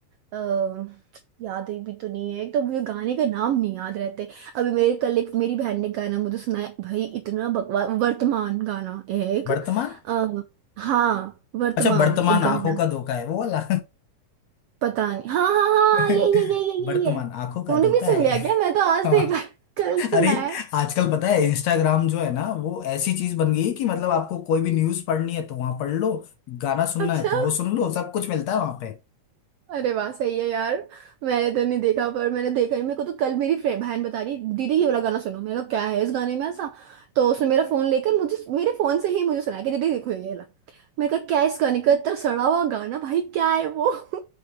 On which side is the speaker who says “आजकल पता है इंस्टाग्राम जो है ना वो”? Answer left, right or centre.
Left